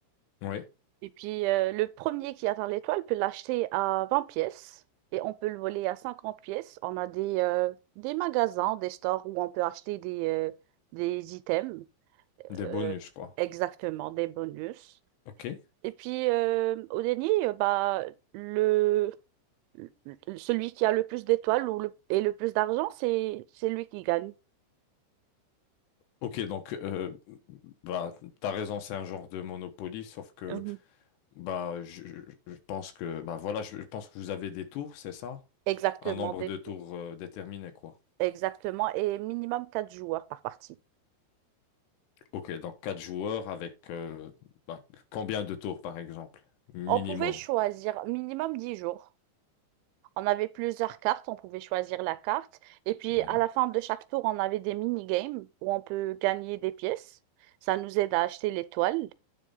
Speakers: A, on the left; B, on the right.
A: Ouais.
B: Et puis, euh, le premier qui atteint l'étoile peut l'acheter à 20 pièces et on peut le voler à 50 pièces. On a des, euh, des magasins, des stores où on peut acheter des, euh, des items,
A: Des bonus,
B: euh,
A: quoi.
B: exactement, des bonus.
A: Ok.
B: Et puis, euh, au dernier, euh, bah, le, le- celui qui a le plus d'étoiles ou le, et le plus d'argent, c'est, c'est lui qui gagne.
A: Ok, donc euh, bah t'as raison, c'est un genre de Monopoly, sauf que
B: Mhm.
A: bah je, je- je pense que bah voilà, je, je pense que vous avez des tours, c'est ça?
B: Exactement,
A: Un nombre
B: des-
A: de tours euh, déterminé, quoi.
B: exactement. Et minimum 4 joueurs par partie.
A: Ok, donc quatre joueurs avec euh, bah, combien de tours par exemple? Minimum.
B: On pouvait choisir minimum 10 jours. On avait plusieurs cartes, on pouvait choisir la carte. Et puis
A: Mhm.
B: à la fin de chaque tour, on avait des mini-games où on peut gagner des pièces. Ça nous aide à acheter les l'étoile.